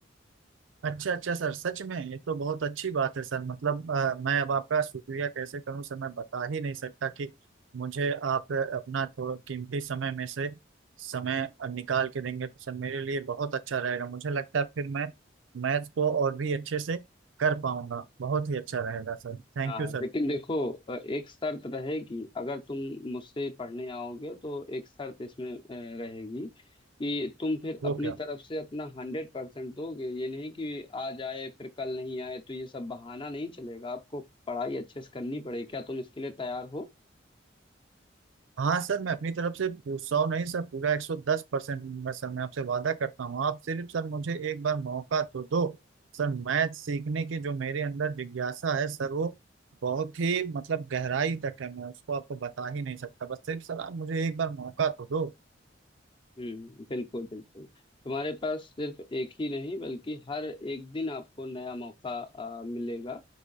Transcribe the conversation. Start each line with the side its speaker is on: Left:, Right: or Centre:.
Right: अच्छा अच्छा सर सच में ये तो बहुत अच्छी बात है सर मतलब अ, मैं अब आपका शुक्रिया कैसे करूं सर मैं बता ही नहीं सकता कि मुझे आप अपना थोड़ा कीमती समय में से समय निकाल के देंगे तो सर मेरे लिए बहुत अच्छा रहेगा मुझे लगता है फिर मैं मैथ को और भी अच्छे से कर पाऊंगा बहुत ही अच्छा रहेगा सर थैंक
Left: हाँ
Right: यू सर
Left: लेकिन देखो अ, एक शर्त रहेगी अगर तुम मुझसे पढ़ने आओगे तो एक शर्त इसमें अ, रहेगी कि तुम फिर
Right: वो
Left: अपनी
Right: क्या
Left: तरफ से अपना हंड्रेड परसेंट दोगे ये नहीं कि आज आए फिर कल नहीं आए तो ये सब बहाना नहीं चलेगा आपको पढ़ाई अच्छे से करनी पड़ेगी क्या तुम इसके लिए तैयार हो
Right: हाँ सर मैं अपनी तरफ से पू- सौ नहीं सर पूरा एक सौ दस परसेंट मैं सर मैं आपसे वादा करता हूँ आप सिर्फ सर मुझे एक बार मौका तो दो सर मैथ सीखने की जो मेरे अंदर जिज्ञासा है सर वो बहुत ही मतलब गहराई तक है मैं उसको आपको बता ही नहीं सकता बस सिर्फ सर आप मुझे एक बार मौका तो दो
Left: हम्म बिल्कुल बिल्कुल तुम्हारे पास सिर्फ एक ही नहीं बल्कि हर एक दिन आपको नया मौका आ, मिलेगा